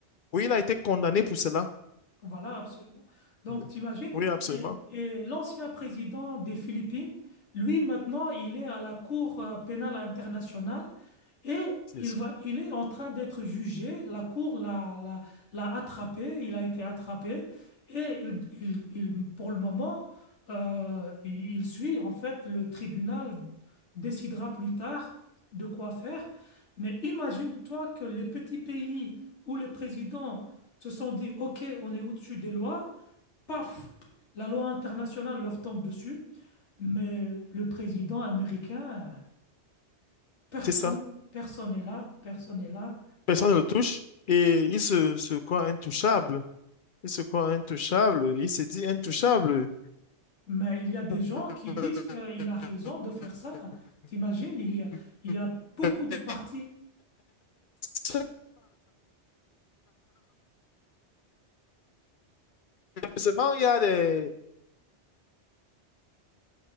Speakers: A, on the left; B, on the left.
A: oui, il a été condamné pour cela.
B: Voilà, absolument. Donc,
A: Oui,
B: t'imagines,
A: Oui, absolument.
B: et, et l'ancien président des Philippines, lui, maintenant, il est à la Cour euh, pénale internationale et
A: C'est
B: il va, il est en train d'être jugé. La Cour l'a, l'a, l'a attrapé, il a été attrapé et il, il, il- pour le moment, euh, il il suit, en fait, le tribunal décidera plus tard de quoi faire. Mais imagine-toi que les petits pays où les présidents se sont dit, OK, on est au-dessus des lois, paf, la loi internationale leur tombe dessus, mais le président américain, personne,
A: c'est ça.
B: personne n'est là, personne n'est là.
A: Personne ne le touche et il se, se croit intouchable. Il se croit intouchable. Il se dit intouchable.
B: Mais il y a des
A: <laughs>
B: gens qui disent qu'il a raison de faire ça. T'imagines, il y a, il y a beaucoup de partis.
A: Ce Seulement, il y a des,